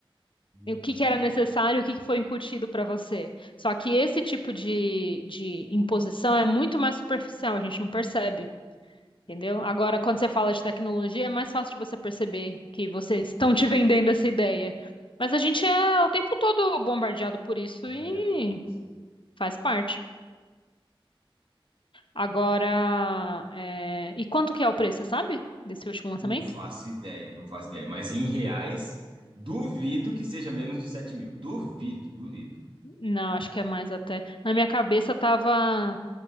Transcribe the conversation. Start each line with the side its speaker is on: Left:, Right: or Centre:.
Right: Uhum.
Left: E o que que era necessário, o que que foi incutido para você. Só que esse tipo de, de imposição é muito mais superficial, a gente não percebe, entendeu? Agora, quando você fala de tecnologia, é mais fácil de você perceber que vocês estão te vendendo essa ideia. Mas a gente é o tempo todo bombardeado por isso
Right: Vou
Left: e
Right: Vadiado por isso.
Left: faz parte. Agora,
Right: Hum,
Left: é, e quanto que é o preço, você sabe? Desse último lançamento?
Right: Não faço ideia, não faço ideia. Mas em reais, duvido que seja menos de 7 mil. Duvido, duvido.
Left: Não, acho que é mais até. Na minha cabeça tava.